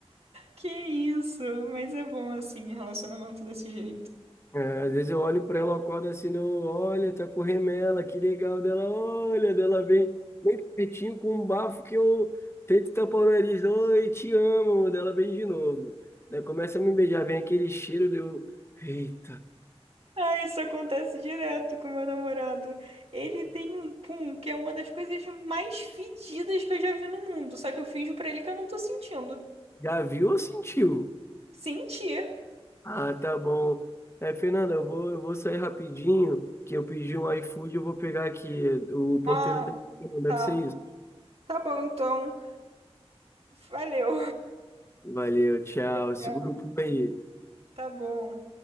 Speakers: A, on the right; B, on the left.
A: Que isso, mas é bom assim, relacionamento desse jeito.
B: É, às vezes eu olho pra ela, eu acordo assim, né, eu olha, tá com remela, que legal dela, olha, dela vem bem pertinho com um bafo que eu tento tapar o nariz, oi, te amo, dela vem de novo. Daí começa a me beijar, vem aquele cheiro, deu, eita,
A: Ah, isso acontece direto com meu namorado. Ele tem um pum, que é uma das coisas mais fedidas que eu já vi no mundo, só que eu finjo pra ele que eu não tô sentindo.
B: já viu ou sentiu?
A: Sentir.
B: Ah, tá bom. É, Fernanda, eu vou, eu vou sair rapidinho, que eu pedi um iFood, eu vou pegar aqui, o porteiro
A: Ah,
B: tá... deve
A: tá.
B: ser isso.
A: Tá bom, então. Valeu.
B: Valeu, tchau,
A: <laughs>
B: segura
A: Tchau.
B: o pulo aí.
A: Tá bom.